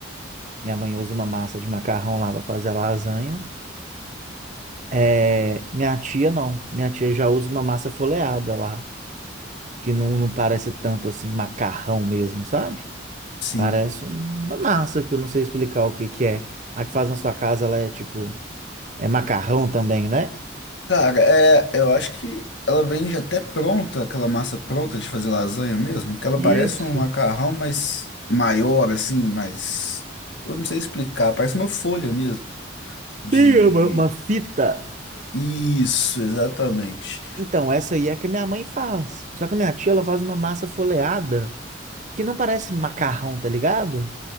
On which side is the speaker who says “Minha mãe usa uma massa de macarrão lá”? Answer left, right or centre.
Right